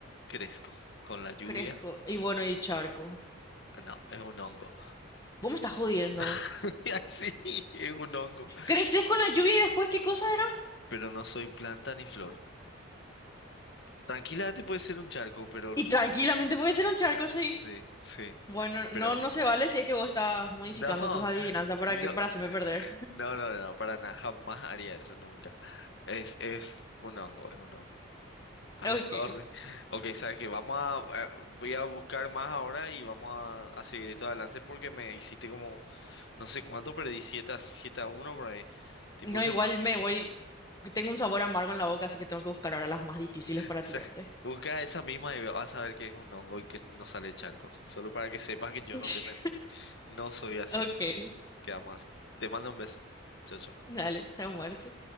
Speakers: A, on the left (about 55°); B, on the left (about 20°).
A: crezco. Con la lluvia,
B: crezco. Y bueno, y charco.
A: Ah, no, es un hongo.
B: Vos me estás jodiendo.
A: <laughs> Así, es un hongo.
B: Creces con la lluvia y después, ¿qué cosa era?
A: Pero no soy planta ni flor. Tranquilamente puede ser un charco, pero
B: Y tranquilamente puede ser un charco, sí.
A: sí, sí,
B: Bueno,
A: pero
B: no, no
A: un
B: se
A: hongo.
B: vale si es que vos estás modificando
A: No,
B: tus adivinanzas para
A: no,
B: que, para hacerme perder.
A: no, no, no, no, para nada, jamás haría eso, nunca. Es, es un hongo, es un hongo. I'm
B: Ok.
A: <laughs> sorry. Ok, sabes que vamos a, eh, voy a buscar más ahora y vamos a, a seguir esto adelante porque me hiciste como, no sé cuánto, perdí siete a, 7 a 1 por ahí. Tipo,
B: No,
A: se
B: igual me voy. Tengo un sabor amargo en la boca, así que tengo que buscar ahora las más difíciles para
A: Sí.
B: tirarte.
A: Busca esa misma y vas a ver que es un hongo y que no sale charco. Solo para que sepas que yo
B: <laughs>
A: no te mentí. No soy así.
B: Ok.
A: Quedamos así. Te mando un beso. Chao, chao.
B: Dale, chao, Marce.